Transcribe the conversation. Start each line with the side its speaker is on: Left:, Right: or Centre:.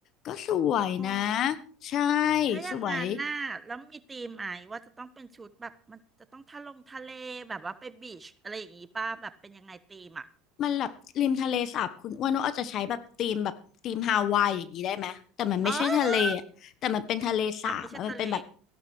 Left: ก็สวยนะ
Right: อ๋อ
Left: ใช่
Right: ถ้าอย่างงานหน้าแล้วมีธีมไหมว่าจะต้องเป็นชุดแบบมันจะต้องทะลงทะเลแบบว่าไปบีชอะไรอย่างงี้ป่ะแบบเป็นยังไงธีมอ่ะ
Left: สวย มันแบบริมทะเลสาบคุณอ้วนว่าอาจจะใช้แบบธีมแบบธีมฮาวายอย่างนี้ได้ไหมแต่มันไม่ใช่ทะเลอะแต่มันเป็นทะเลสาบอะมันเป็นแบบ
Right: อ๋ออ๋อไม่ใช่ทะเล